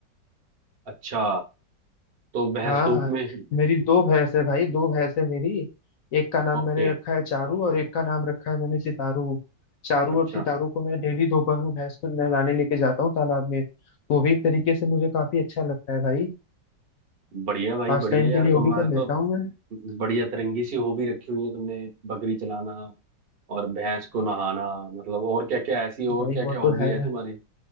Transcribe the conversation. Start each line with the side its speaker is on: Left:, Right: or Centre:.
Right: अच्छा तो भैंस
Left: हाँ
Right: धूप में
Left: मेरी दो भैंस है भाई दो भैंस है मेरी एक का नाम
Right: ओके
Left: मैंने रखा है चारू और एक का नाम रखा है मैंने सितारू चारू
Right: अच्छा
Left: और सितारू को मैं डेली दोपहर में भैंस को नहलाने लेके जाता हूँ तालाब में वो भी एक तरीके से मुझे काफी अच्छा लगता है भाई
Right: बढ़िया भाई
Left: पास
Right: बढ़िया
Left: टाइम
Right: यार
Left: के लिए
Right: तुम्हारे
Left: वो भी कर लेता
Right: तो
Left: हूँ मैं
Right: बढ़िया तरंगी सी हॉबी रखी हुई है तुमने बकरी चलाना और भैंस को नहाना मतलब और क्या क्या ऐसी और
Left: भाई
Right: क्या
Left: वो
Right: क्या हॉबी
Left: तो है
Right: है तुम्हारी